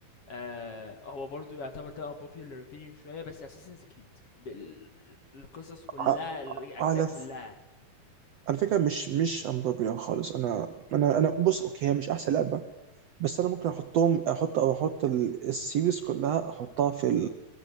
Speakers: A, on the left; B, on the right.
A: آآ، هو برضه يعتبر ده unpopular opinion شوية بس Assassin's Creed بال القصص كلّها،
B: ع-
A: الأجزاء
B: على
A: كلّها.
B: ف... على فكره مش مش امبروبيا خالص انا انا انا بص اوكي هي مش احسن لعبه بس انا ممكن احطهم احط او احط ال- السيريز كلها احطها في